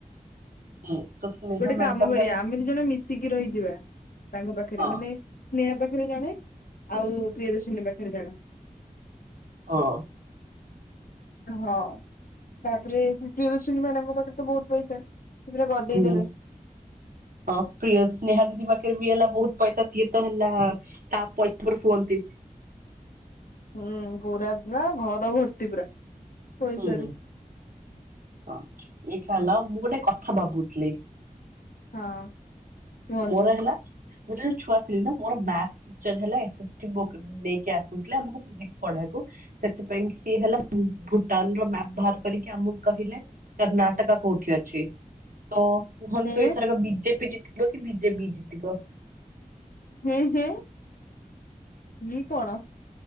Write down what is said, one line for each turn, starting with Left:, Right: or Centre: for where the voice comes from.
Right: <unintelligible>
Left: ଗୋଟେ କାମ
Right: ମ୍ୟାଡାମ
Left: କରିବା
Right: ହେଲ
Left: ଆମେ ଦି ଜଣେ ମିଶିକି ରହିଯିବା ତାଙ୍କ ପାଖରେ
Right: ହଁ
Left: ମାନେ ସ୍ନେହା ପାଖରେ ସେ ଜଣେ ଆଉ ପ୍ରିୟଦର୍ଶିନୀ ପାଖରେ ଜଣେ।
Right: ହଁ।
Left: ହଁ ତାପରେ ପ୍ରିୟଦର୍ଶିନୀ ମ୍ୟାଡାମଙ୍କ ପାଖରେ ତ ବହୁତ ପଇସା ପୁରା ଗଦେଇ
Right: ହୁଁ
Left: ଦେବେ।
Right: ହଁ ପ୍ରିୟଦର୍ଶିନୀ ସ୍ନେହା ଦିଦି ପାଖରେ ବି ହେଲା ବହୁତ ପଇସା ସିଏ ତ ହେଲା ତା ପଇସାରେ ଶୁଅନ୍ତି।
Left: ହୁଁ ପୁରା ପୁରା ଘର ଭର୍ତ୍ତି ପୁରା ପଇସାରେ
Right: ହୁଁ ହଁ ଏଇ ହେଲା ମୁଁ ଗୋଟେ କଥା ଭାବୁ ଥିଲି।
Left: ହଁ। କୁହନ୍ତୁ।
Right: ମୋର ହେଲା ମୁଁ ଜଣ ଛୁଆ ଥିଲି ନା ମୋର ମାର୍ଥ ଟିଚର ହେଲା ଏସ ଏସ ଟି ବୁକ ନେଇକି ଆସୁଥିଲେ ଆମକୁ ଫିଜିକ୍ସ ପଢେଇବାକୁ ସେଥିପାଇଁ ସିଏ ହେଲା ଭୁଟାନର ବାହାର କରିକି ଆମକୁ କହିଲେ କର୍ଣ୍ଣାଟକ କୋଉଠି ଅଛି ତ କୁହନ୍ତୁ
Left: ହେଁ
Right: ଏଥରକ ବିଜେପି ଜ କୁହ କି ବିଜେପି ଜିତିବ
Left: ହୁଁ ହୁଁ ବି କଣ?